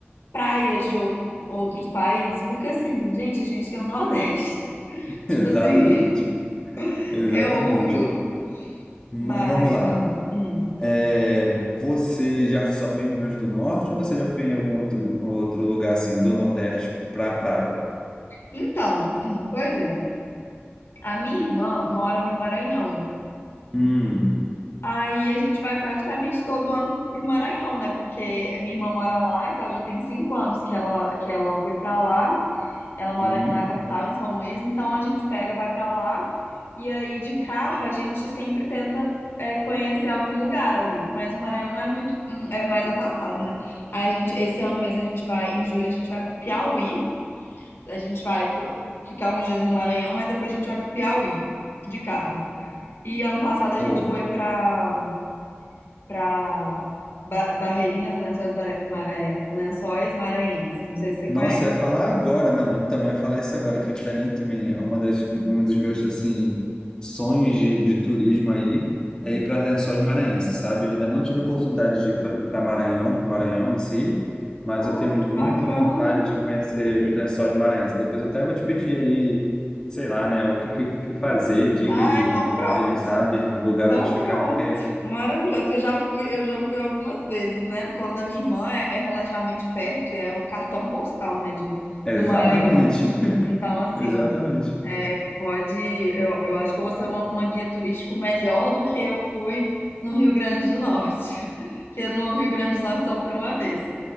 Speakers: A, on the left; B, on the left.
A: praias de ou- outros países, porque assim, gente, a gente tem o Nordeste. <laughs>
B: <laughs>
A: Tipo
B: exatamente,
A: assim, <laughs>
B: exatamente.
A: é ouro.
B: Mas
A: Mas,
B: vamos lá.
A: ah, hum.
B: É, você já só foi em Rio Grande do Norte ou você já foi em algum outro, outro lugar assim do Nordeste para praia?
A: Então, <clears throat> pois é. A minha irmã mora no Maranhão.
B: Hum.
A: Aí a gente vai praticamente todo ano pro Maranhão, né? Porque minha irmã mora lá e tal, já tem cinco anos que ela, que ela foi pra lá. Ela mora
B: Uhum.
A: na capital, em São Luís, então a gente pega, vai pra lá. E aí de carro a gente sempre tenta é, conhecer algum lugar ali. Mas o Maranhão não é muito, hum, é mais afastado, né? Aí a gente, esse ano mesmo a gente vai, em julho a gente vai pro Piauí. A gente vai pro- ficar uns dias no Maranhão, mas depois a gente vai pro Piauí de carro. E ano passado a gente
B: Ou,
A: foi pra para Barreirinhas, Lençóis, Bara- Ma- é, Lençóis Maranhenses. Não sei se você
B: nossa,
A: conhece.
B: eu ia falar agora. Não, então, eu ia falar isso agora, que para mim também é uma das, um dos meus, assim, sonhos de, de turismo aí, é ir para Lençóis Maranhenses, sabe? Eu ainda não tive a oportunidade de ir para Maranhão, para o Maranhão em si, mas
A: Ah,
B: eu tenho muita
A: que bacana.
B: vontade de conhecer os Lençóis Maranhenses. Depois eu até vou te pedir aí, sei lá, né, o que, que, que fazer, dicas
A: Ah,
B: de,
A: então
B: de viagem,
A: pronto.
B: sabe? Lugares
A: Então
B: onde ficar,
A: pronto.
B: porque...
A: Maravilhoso, que eu já fui, eu já fui algumas vezes, né? Por causa da minha irmã, é, é relativamente perto, e é o cartão postal, né, de,
B: é
A: do
B: Exatamente,
A: Maranhão.
B: <laughs>
A: Então, assim,
B: exatamente.
A: é, pode, eu, eu acho que eu vou ser uma, uma guia turístico melhor do que eu fui no Rio Grande do Norte, <laughs> que no Rio Grande do Norte só fui uma vez.